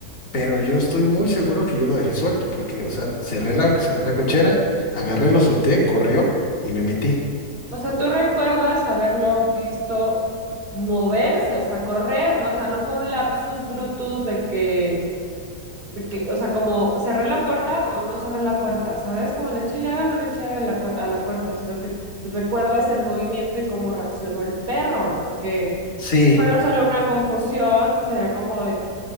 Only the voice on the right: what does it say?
O sea, tú recuerdas haberlo visto moverse, o sea, correr, ¿no? O sea, no fue un lapsus brutus de que, de que, o sea, como cerré la puerta o no cerré la puerta, ¿sabes? Como le eché llave o no le eché llave a la, cu- a la puerta, sino que recuerdas el movimiento y cómo reaccionó el perro, porque
si solo una confusión, sería como, de,